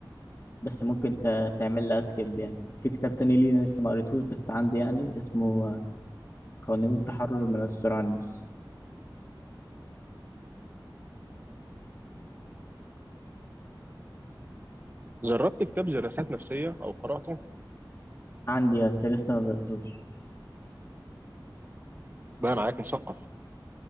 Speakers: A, on the left; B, on the right.
A: بس ممكن ت- تعمل لها سكيب يعني في كتاب تاني لينا لسه ما قريتهوش بس عندي يعني اسمه آه، قوانين التحرر من السرعة عن النفس
B: جربت كتاب جلسات نفسيه او قراته
A: عندي بس لسه ما بدأتوش
B: بقى معاك مثقف